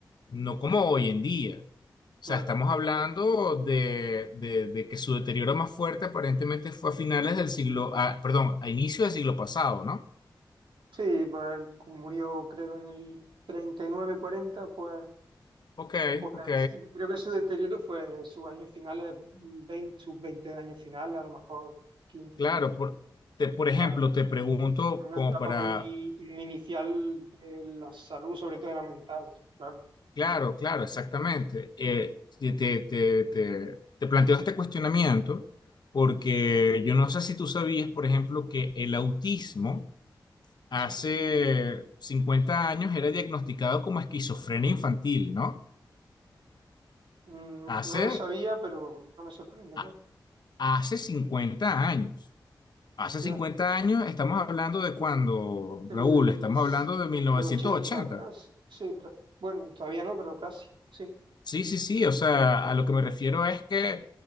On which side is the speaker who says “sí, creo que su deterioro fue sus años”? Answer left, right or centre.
Right